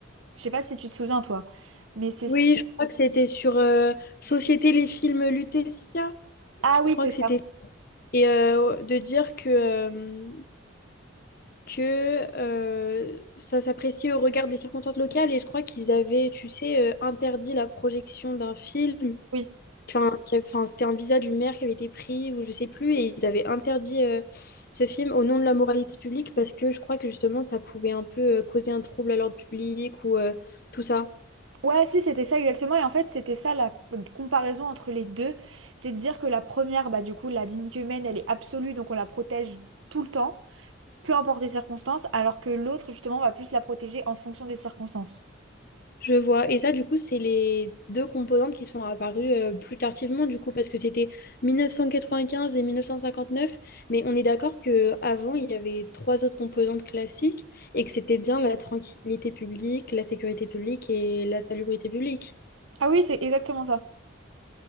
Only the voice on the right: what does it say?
je sais pas si tu te souviens toi, mais c'est
su-
ah
oui, c'est
ça,
oui.
Ouais, si, c'était ça exactement. Et en fait, c'était ça la comparaison entre les deux. C'est de dire que la première, bah, du coup, la dignité humaine, elle est absolue, donc on la protège tout le temps, peu importe les circonstances, alors que l'autre, justement, va plus la protéger en fonction des circonstances.
Ah oui, c'est exactement ça.